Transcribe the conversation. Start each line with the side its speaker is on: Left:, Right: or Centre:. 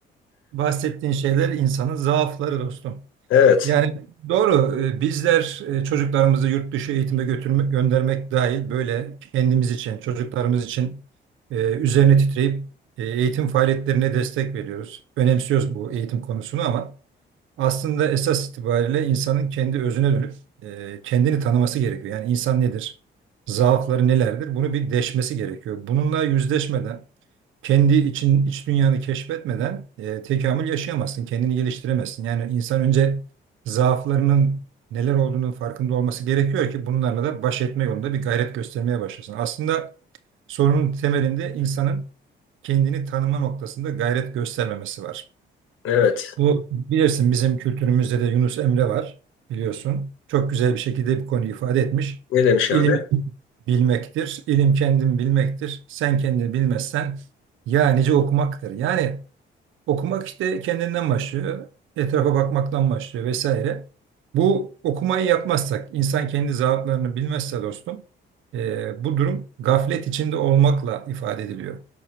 Right: Bahsettiğin şeyler insanın zaafları dostum.
Left: Evet,
Right: Yani doğru e, bizler e, çocuklarımızı yurt dışı eğitime götürmek, göndermek dahil böyle kendimiz için, çocuklarımız için e, üzerine titreyip e, eğitim faaliyetlerine destek veriyoruz. Önemsiyoruz bu eğitim konusunu ama Aslında esas itibariyle insanın kendi özüne dönüp e, kendini tanıması gerekiyor. Yani insan nedir? Zaafları nelerdir? Bunu bir deşmesi gerekiyor. Bununla yüzleşmeden, kendi için iç dünyanı keşfetmeden e, tekamül yaşayamazsın, kendini geliştiremezsin. Yani insan önce zaaflarının neler olduğunun farkında olması gerekiyor ki bunlarla da baş etme yolunda bir gayret göstermeye başlasın. Aslında sorunun temelinde insanın kendini tanıma noktasında gayret göstermemesi var.
Left: evet.
Right: Bu bilirsin bizim kültürümüzde de Yunus Emre var biliyorsun. Çok güzel bir şekilde bir konuyu ifade etmiş.
Left: Ne demiş abi?
Right: İlim bilmektir, ilim kendin bilmektir. Sen kendini bilmezsen ya nice okumaktır. Yani okumak işte kendinden başlıyor, etrafa bakmaktan başlıyor vesaire. Bu okumayı yapmazsak, insan kendi zaaflarını bilmezse dostum, eee, bu durum gaflet içinde olmakla ifade ediliyor.